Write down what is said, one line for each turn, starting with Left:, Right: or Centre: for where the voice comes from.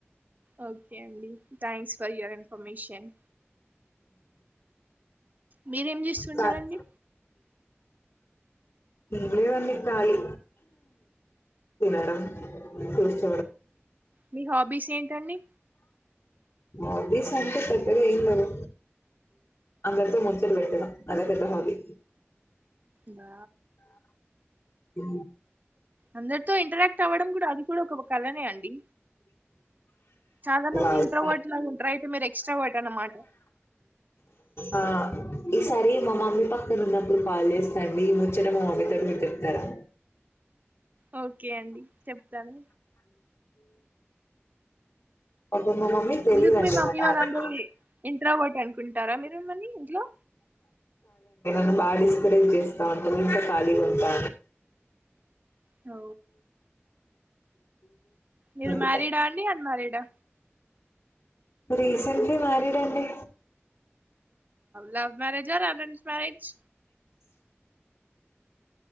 Right: ఓకే అండి థ్యాంక్స్ ఫర్ యువర్ ఇన్ఫర్మేషన్ మీరేం జేస్తుంటారండి
Left: కాదు <unintelligible> కాలి మేడం కోస్
Right: మీ హాబీ స్ ఏంటండీ
Left: హాబీస్ అంటే పెద్దగా ఎం లెవు అందరితో ముచ్చట్లు పెట్టర అదే పెద్ద హాబీ
Right: దా
Left: హు
Right: అందర తో ఇంటరాక్ట్ అవ్వడం కూడా అది కూడా ఒక కలనే అండి చాలా మంది
Left: వావ్
Right: ఇంట్రోవర్ట్ లాగా ఉంటారు. అయితే మీరు ఎక్స్ట్రావర్ట్ అన్నమాట.
Left: ఆ ఈ సారి మా మమ్మీ పక్కన ఉన్నప్పుడు కాల్ చేస్తా అండి ఈ ముచ్చట మా మమ్మి తోటి మీరు చెప్తారా
Right: ఓకే అండి చెప్తాను
Left: పాపం మా మమ్మీకి తెలీదండి
Right: ఎందుకు మీ మమ్మీ
Left: నా టాలెంట్.
Right: వాళ్ళ అంటది ఇంట్రోవర్ట్ అనుకుంటారా మీరు మిమ్మల్ని ఇంట్లో
Left: ను బా డిస్పరేట్ చేస్తా అంట ఇంట్లో ఖాళీగా ఉంటా
Right: ఓ మీరు
Left: అందుకని.
Right: మ్యారీడా అండి అన్ మ్యారీడా
Left: రీసెంట్లీ మ్యారీడ్ అండి
Right: love marriage or arrange marriage